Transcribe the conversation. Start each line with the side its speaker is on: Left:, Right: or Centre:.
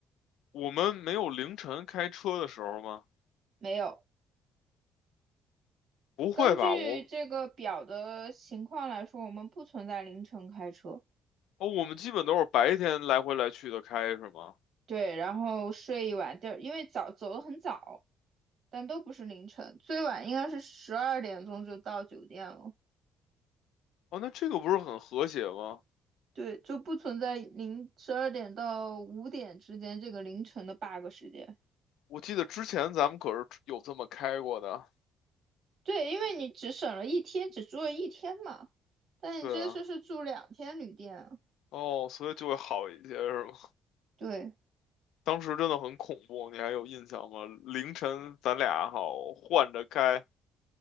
Left: 我们没有凌晨开车的时候吗？
Right: 没有。
Left: 不会吧，
Right: 根据这个表的情况来说，
Left: 我，
Right: 我们不存在凌晨开车，
Left: 哦，我们基本都是白天来回来去的开，是吗？
Right: 对，然后睡一晚地儿，因为早走得很早，但都不是凌晨，最晚应该是十二点钟就到酒店了，
Left: 哦，那这个不是很和谐吗？
Right: 对，就不存在零十二点到五点之间这个凌晨的 bug 时间，
Left: 我记得之前咱们可是有这么开过的。
Right: 对，因为你只省了一天，只住了一天嘛，但你这次是住两天旅店啊
Left: 对啊，哦，所以就会好一些，是吗？
Right: 对
Left: 当时真的很恐怖，你还有印象吗？凌晨咱俩好换着开，